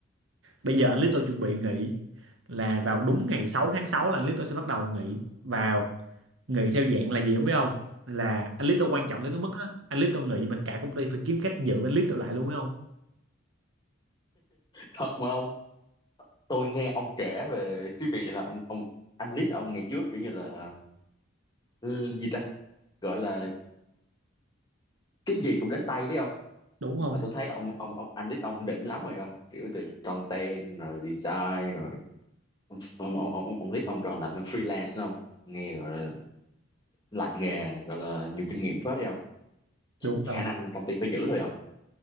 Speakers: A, on the right; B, on the left.
A: bây giờ anh lead tôi chuẩn bị nghỉ là vào đúng ngày 6 tháng 6 là anh lead tôi sẽ bắt đầu nghỉ vào nghỉ theo dạng là gì không biết không là anh lead tôi quan trọng tới cái mức á anh lead tôi nghỉ mà cả công ty phải kiếm cách giữ anh lead tôi lại luôn ấy không
B: Thật mà ông, tôi nghe ông kể về cái việc là ông ông anh lít ông ngày trước kiểu như là ừ, gì ta? Gọi là cái gì cũng đến tay đấy không?
A: đúng không
B: Mà tôi thấy ông ông ông anh lít ông đỉnh lắm rồi không? Kiểu từ content rồi design rồi ông ông ông ông, ông Lít ông tròn làm thêm freelance đúng không nghe gọi là lành nghề gọi là nhiều kinh nghiệm phết đi không Chắc
A: đúng
B: khả
A: không
B: năng công ty phải giữ thôi không